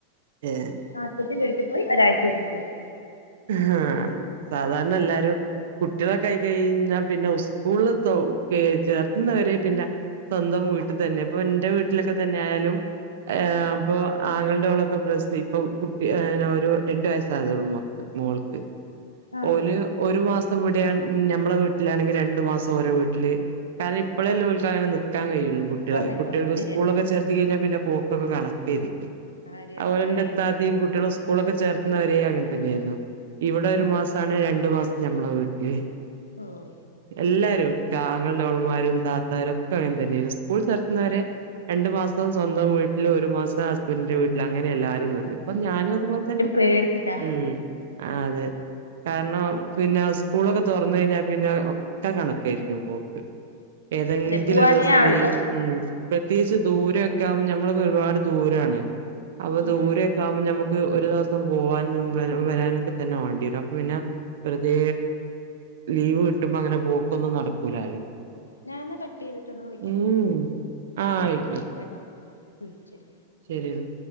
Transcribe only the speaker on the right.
ഏഹ്
ഹാ സാധാരണ എല്ലാരും കുട്ടികളൊക്കായി കഴിഞ്ഞാ പിന്നെ സ്കൂളില് തൊ ക്കെ ചേർത്തുന്നവരെ പിന്നെ സ്വന്തം വീട്ടിൽ തന്നെ ഇപ്പൊ ഇന്റെ വീട്ടിലൊക്കെ തന്നെ ആയാലും ഏഹ്
അപ്പൊ ആങ്ങൾടെ ഓളൊക്കെ പ്രസവിപ്പൊ കുട്ടി ഒരു രണ്ടു വയസ്സായതേ ഉള്ളൂ മോ മോൾക്ക്
ഓല് ഒരു മാസം ഇവിടെയ ഞമ്മളെ വീട്ടിലാണെങ്കി രണ്ടു മാസം ഓരെ വീട്ടില് കാരണം ഇപ്പളല്ലെ ഓൽക്ക് അങ്ങനെ നിക്കാൻ കഴിയുള്ളു കുട്ടിക
കുട്ടികള്
സ്കൂളൊക്കെ ചേർത്തി കഴിഞ്ഞാ പിന്നെ പോക്കൊക്കെ കണക്കേരിക്കും
അതുപോലെ
ൻ്റെ ഇത്താത്തിം കുട്ടികളും സ് സ്കൂളൊക്കെ ചേർത്തുന്നത്വരെ അങ്ങനെ തന്നെയായിരുന്നു ഇവിടെ ഒരു
മാസാണെ രണ്ടു മാസം ഞമ്മളെ വീട്ടില്
എല്ലാരും ആങ്ങൾൻ്റെ ഓളമാരും താത്താരും ഒക്കെ അങ്ങനെ തന്നെയായിരുന്നു സ്കൂൾ ചേർത്തുന്നവരെ രണ്ടു മാസം സ്വന്തം വീട്ടില് ഒരു മാസം ഹസ്ബൻഡിന്റെ വീട്ടില് അങ്ങനെ എല്ലാവാരും നിന്ന് ഇപ്പൊ ഞാനും അതുപോലെ തന്നെ
ഉം ആഹ് അതെ കാരണം പിന്നെ ഉസ്കൂളൊക്കെ തുറന്ന് കഴിഞ്ഞാ പിന്നെ ഒക്കെ കണക്കായിരിക്കും പോ ഏതെങ്കിലും
ഒരു ദിവസം
ലീവ് ഉം പ്രത്യേകിച്ച് ദൂരൊക്കെ ആകുമ്പോൾ ഞമ്മളൊക്കെ ഒരുപാട് ദൂരാണ് അപ്പൊ
ദൂരെ ഇതാവുമ്പോം ഞമ്മക്ക് ഒരു ദിവസം പോവാനും വരാനൊക്കെ തന്നെ വാണ്ടി വരും അപ്പൊ പിന്നെ വേറുതേ ലീവ് കിട്ടുമ്പോ അങ്ങനെ പോക്കൊന്നും നടക്കൂലാലോ
ഉം ആഹ് ആയിക്കോട്ടെ
ശരി എന്ന